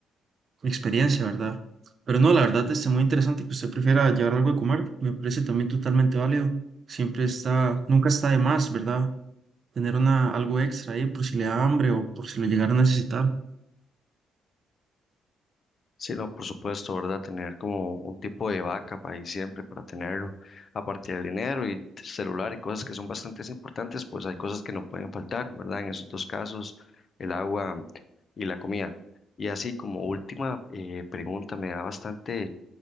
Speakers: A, on the right; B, on the left.
A: mi experiencia, ¿verdad? Pero no, la verdad es muy interesante que usted prefiera llevar algo de comer, me parece también totalmente válido. Siempre está, nunca está de más, ¿verdad? Tener una, algo extra ahí por si le da hambre o por si lo llegara a necesitar.
B: Sí, no, por supuesto, ¿verdad? Tener como un tipo de vaca para ahí siempre, para tenerlo. Aparte del dinero y celular y cosas que son bastante importantes, pues hay cosas que no pueden faltar, ¿verdad? En esos dos casos, el agua y la comida. Y así como última eh, pregunta, me da bastante